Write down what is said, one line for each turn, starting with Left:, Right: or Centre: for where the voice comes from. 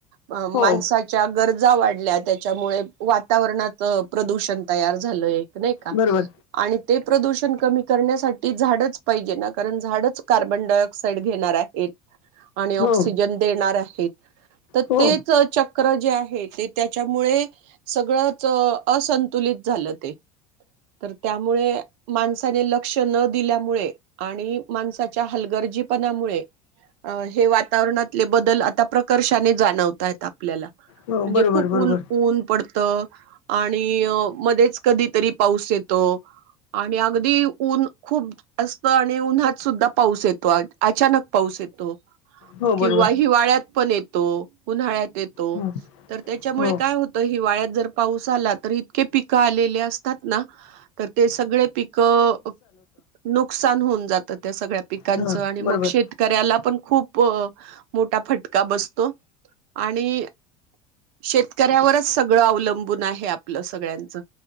Right: अ
Left: हो
Right: माणसाच्या. गरजा वाढल्या, त्याच्यामुळे वातावरणाच प्रदूषण तयार झालयं. नाही का?
Left: बरोबर
Right: आणि ते प्रदूषण कमी करण्यासाठी झाडच पाहिजे ना? कारण झाडच. कार्बन डायऑक्साइड घेणार आहेत. आणि ऑक्सिजन
Left: हो
Right: देणार आहे. तर तेच
Left: हो
Right: चक्र. चक्र जे आहे तर त्याच्यामुळे सगळंच असंतुलित झालं ते, तर त्यामुळे माणसाने लक्ष न दिल्यामुळे आणि माणसाणे हलगरर्जीपणामुळे हे वातावरणातले बदल आता प्रकर्षाने जाणवत आहेत. आप आपल्याला म्हणजे
Left: हो बरोबर
Right: खूप
Left: बरोबर
Right: ऊन ऊन पडत. आणि मध्येच कधीतरी पाऊस येतो. आणि अगदी ऊन खूप जास्त आणि उन्हात सुद्धा. पाऊस येतो. अचानक पाऊस येतो.
Left: हो
Right: किंवा
Left: बरोबर
Right: हिवाळ्यात पण येत. तो उन्हाळ्यात. येतो
Left: हो
Right: तर त्याच्यामुळे
Left: हो
Right: काय होत हिवाळ्यात जर. पाऊस आला तर इतके पिकं आलेले असतात ना तर ते सगळे पीक. नुकसान. नुकसान होऊन जात त्या सगळ्या पिकाचं. पिकांचं
Left: हा
Right: आणि मग
Left: बरोबर
Right: शेतकऱ्याला पण. खूप मोठा फटका बसतो आणि शेतकऱ्यावरच सगळं अवलंबून आहे आपलं सगळ्यांचं.